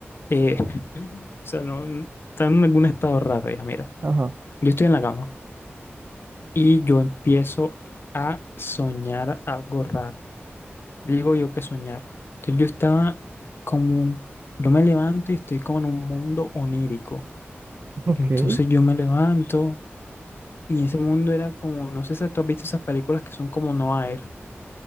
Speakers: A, on the left (about 55°); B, on the right (about 45°).
A: eh, <laughs> o sea, no, estaba en algún estado raro ya, mira.
B: Ajá.
A: Yo estoy en la cama. y yo empiezo a soñar algo raro. Digo yo que soñar. Entonces yo estaba como, yo me levanto y estoy como en un mundo onírico.
B: <laughs> Ok.
A: Entonces yo me levanto y ese mundo era como, no sé si tú has visto esas películas que son como no Air,